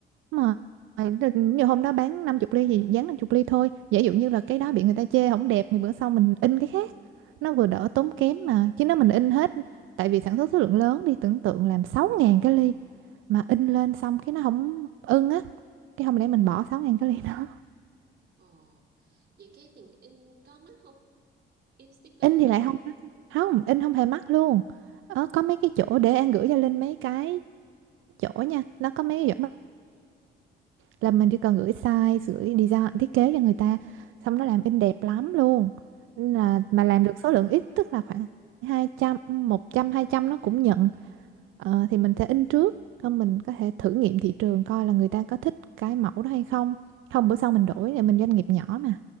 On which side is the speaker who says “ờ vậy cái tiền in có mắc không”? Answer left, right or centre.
Right